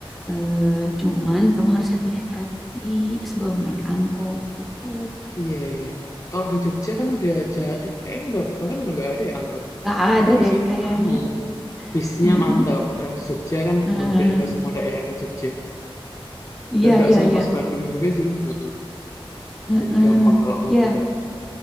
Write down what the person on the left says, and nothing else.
Iya, iya. Kalau di Jogja kan udah aja eh kayaknya udah bahkan udah nggak ada ya angkot.
Tapi di
sini
anu, bisnya
mantap. Trans Jogja kan
hampir ke semua daerah di Jogja
dan nggak
seluas
Bandung juga sih. Heeh.
Jadi gampang kalau mau
muter.